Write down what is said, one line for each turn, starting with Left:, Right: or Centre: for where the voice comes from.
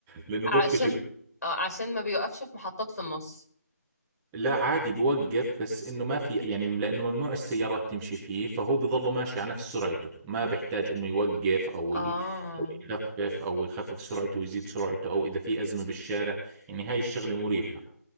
Centre: لانه
Left: عشان
Centre: بوقفش
Left: آه، عشان ما بيوقفش في محطات في النص
Centre: لا عادي بوقف بس انه ما في يعني لانه ممنوع السيارات تمشي فيه فهو بظله ماشي على نفس سرعته ما بيحتاج انه يوقف او
Left: اه
Centre: ي- أو يخفف او يخفف سرعته ويزيد سرعته او اذا في ازمة بالشارع يعني هاي الشغلة مريحة